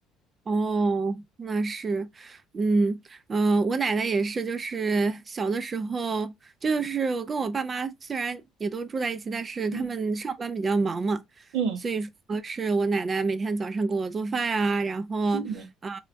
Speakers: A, on the right; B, on the right.
A: 哦，那是，嗯，呃，我奶奶也是，就是小的时候，就是我跟我爸妈虽然也都住在一起，但是他们上班比较忙嘛，
B: 嗯嗯，
A: 所以说是我奶奶每天早上给我做饭呀，然后啊，
B: 嗯